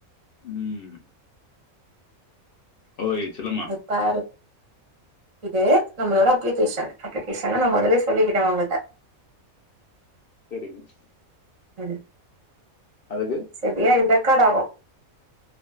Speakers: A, on the left; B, on the right.
A: ம் ஓய் செல்லமா
B: இங்க பாரு இது நம்மளோட அப்ளிகேஷன் அப்ளிகேஷன் நா மொதல்லயே சொல்லிக்கிட்டே ஒங்கிட்ட
A: செரிங்க
B: செரி
A: அதுக்கு
B: சரியா இது ரெக்காடாவு